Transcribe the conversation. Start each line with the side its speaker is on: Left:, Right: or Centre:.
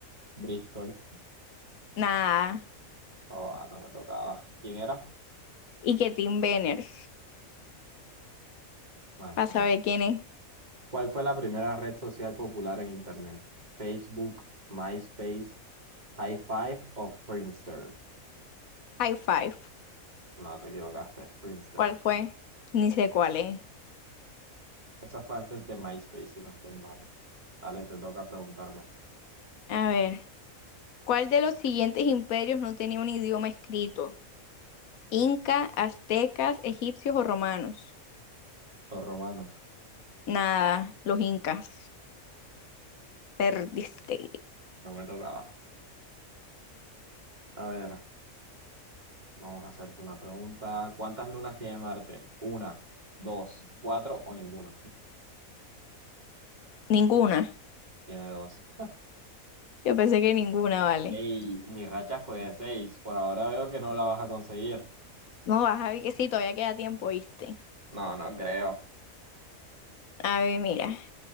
Right: Bristol.
Left: nada.
Right: Oh, ah, no me tocaba. ¿Quién era?
Left: Y que Tim Benners,
Right: Bueno.
Left: para saber quién es.
Right: ¿Cuál fue la primera red social popular en Internet? ¿Facebook, MySpace, High Five o Friendster?
Left: High five,
Right: No, te equivocaste, Friendster.
Left: ¿cuál fue? Ni sé cuál es.
Right: Esa fue antes de MySpace, si no estoy mal. Dale, te toca preguntarme.
Left: A ver, ¿cuál de los siguientes imperios no tenía un idioma escrito? Inca, aztecas, egipcios o romanos.
Right: Los romanos.
Left: Nada, los incas. Perdiste.
Right: No me tocaba. A ver, vamos a hacerte una pregunta. ¿Cuántas lunas tiene Marte? ¿Una, dos, cuatro o ninguna?
Left: Ninguna.
Right: Tiene dos.
Left: Yo pensé que ninguna, vale.
Right: Ey, mi racha fue de seis. Por ahora veo que no la vas a conseguir.
Left: No, vas a ver que sí, todavía queda tiempo, viste.
Right: No, no creo.
Left: A ver, mira.